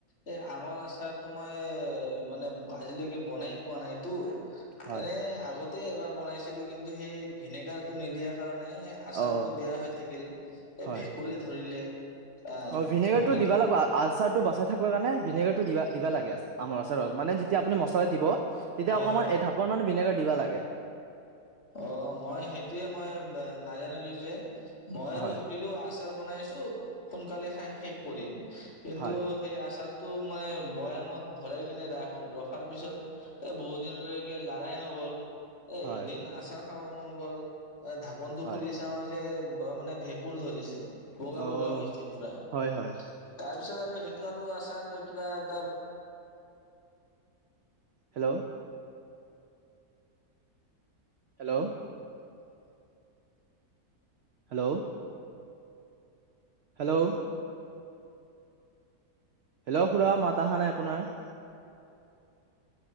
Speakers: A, on the left (about 45°); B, on the right (about 70°).
A: এ আমৰ আচাৰ তো মই মানে আজিলৈকে বনাই পোৱা নাইতো
B: হয়
A: এনে আগতে এবাৰ বনাইছিলোঁ কিন্তু সেই ভিনেগাৰ টো নিদিয়াৰ কাৰণে আচাৰটো
B: অ
A: বেয়া হৈ থাকিল,
B: হয়
A: এই ভেঁকুৰে ধৰিলে আহ
B: অ ভিনেগাৰ
A: মইতো
B: টো দিব লাগব আচাৰটো বচাই থাকিব কাৰণে ভিনেগাৰটো দিব দিবা লাগে আমাৰ আচাৰত মানে যেতিয়া আপুণি মছলা দিব তেতিয়া
A: হয়
B: অকণমান
A: হয়
B: এ ঢাকনখন ভিনেগাৰ দিব লাগে
A: অ মই সেইটোয়ে মই নাজানিলো যে মই
B: হয়
A: আৰু ভাবিলো আচাৰ বনাইছোঁ সোনকালে খাই শেষ কৰিম কিন্তু
B: হয়
A: সেই আচাৰতটো মাই বৈয়ামত ভৰাই কিনে ৰাস ৰখাৰ পিছত এ বহুত দিনলৈকে লাৰাই নগ'ল। এ
B: হয়
A: এদিন আচাৰ খাব মন গ'ল এ ঢাকনটো
B: হয়
A: খুুলি চাও যে মানে ভে কুৰ ধৰিছে বগা
B: অ
A: বগা হৈছে পুৰা
B: হয়
A: তাৰ
B: হয়
A: পিছত আৰু সেইটো আৰু আচাৰ কিবা এটা
B: hello hello hello hello hello খুৰা মাত আহা নাই আপোনাৰ